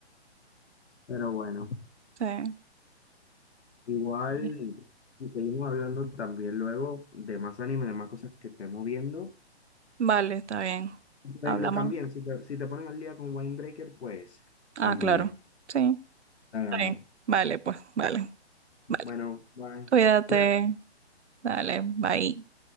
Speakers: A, on the left (about 75°); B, on the right (about 85°).
A: Pero bueno,
B: Sí.
A: igual
B: Vale,
A: si seguimos hablando también luego de más anime, de más cosas que estemos viendo.
B: Vale, está bien.
A: Por
B: Hablamos.
A: ejemplo, también, si te, si te pones al día con Winebreaker, pues
B: Ah,
A: también
B: claro. Sí,
A: hablamos.
B: está bien. Vale, pues, vale, vale.
A: Bueno, bye.
B: Cuídate.
A: Cuídate.
B: Dale, bye.